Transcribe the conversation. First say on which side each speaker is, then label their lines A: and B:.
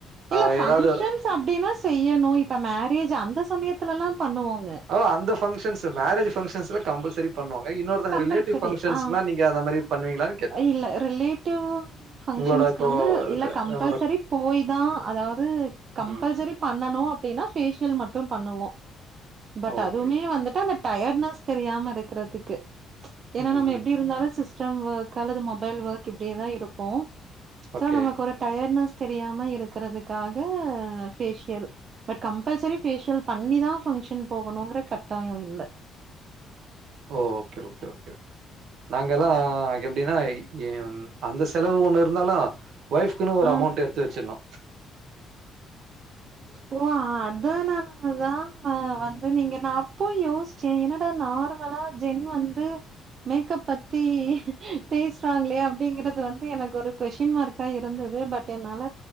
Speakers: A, on the right; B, on the right.
A: இல்ல
B: ஆ
A: பங்க்ஷன்ஸ்
B: ஏதாவது
A: அப்டின்னா செய்யணு இப்ப மேரேஜ் அந்த சமயத்துலல்லா பண்ணுவாங்க
B: ஓ அந்த பங்க்ஷன்ஸ் மேரேஜ் பங்க்ஷன்ஸ்ல கம்பல்சரி பண்ணுவாங்க இன்னொருதவங்க
A: கம்பல்சரி
B: ரிலேட்டிவ் பங்க்ஷங்களா
A: ஆ
B: நீங்க அந்த மாரி பண்ணுவீங்களானு
A: இல்ல ரிலேட்டிவ் பங்க்ஷன்ஸ்க்
B: உங்களோட இப்போ
A: வந்து இல்ல
B: ர
A: கம்பல்சரி
B: என்னோட
A: போய் தா அதாவது கம்பல்சரி
B: ம்.
A: பண்ணனு அப்டின்னா பேஃஷியல் மட்டு பண்ணுவோ பட்
B: ஓகே.
A: அதுமே வந்துட்டு அந்த டயர்ட்னஸ் தெரியாம இருக்கறதுக்கு ஏன்னா
B: ம்ஹ்ம்.
A: நம்ம எப்டி இருந்தாலு சிஸ்டம் ஒர்க் காலது மொபைல் ஒர்க் இப்டியேதா இருப்போ
B: ஓகே.
A: சோ நமக்கு ஒரு டயர்ட்னஸ் தெரியாம இருக்கறதுக்காக ஃபேஷியல் பட் கம்பல்சரி ஃபேஷியல் பண்ணிதா ஃபங்க்ஷன் போகணுங்கிற கட்டாயோ இல்ல
B: ஓ ஓகே ஓகே ஓகே நாங்கலா எப்டின்னா ஏ ம் அந்த செலவு ஒண்ணு இருந்தாலு ஒய்ஃப் குனு ஒரு
A: ஆ
B: அமௌண்ட் எடுத்து வச்சிர்ணு
A: ஓ அதனால அதா வந்து நீங்க நா அப்போ யோஸ்ச்ச என்னடா நார்மலா ஜென் வந்து மேக்கப் பத்தி பேஸ்ராங்ளே அப்டிங்கறது வந்து எனக்கு ஒரு கொஸின் மார்க் கா இருந்தது பட் என்னால